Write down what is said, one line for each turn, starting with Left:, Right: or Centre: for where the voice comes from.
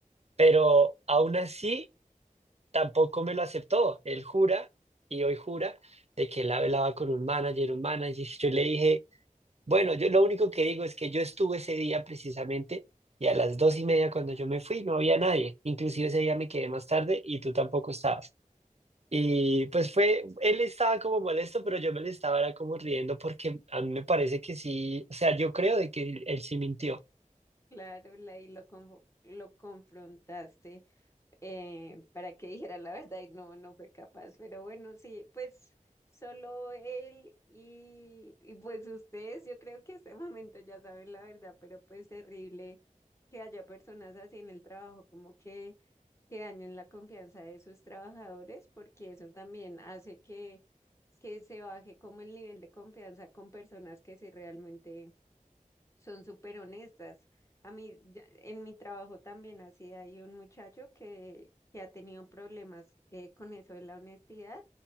Right: Pero aún así, tampoco me lo aceptó. Él jura y hoy jura de que él hablaba con un manager, un manager. <laughs> Yo le dije, bueno, yo lo único que digo es que yo estuve ese día precisamente y a las dos y media cuando yo me fui no había nadie. Inclusive ese día me quedé más tarde y tú tampoco estabas. Y pues fue, él estaba como molesto, pero yo me le estaba era como riendo porque a mí me parece que sí, o sea, yo creo de que él sí mintió.
Left: Claro, la, y lo, confo- lo confrontaste. eh, para que <laughs> dijera la verdad y no, no fue capaz. Pero bueno, sí, pues solo él y, y pues ustedes, yo creo que este momento ya saben la verdad, pero pues terrible que haya personas así en el trabajo, como que, que dañen la confianza de sus trabajadores, porque eso también hace que, que se baje como el nivel de confianza con personas que sí realmente son súper honestas. A mí, ya- en mi trabajo también así hay un muchacho que, que ha tenido problemas eh, con eso de la honestidad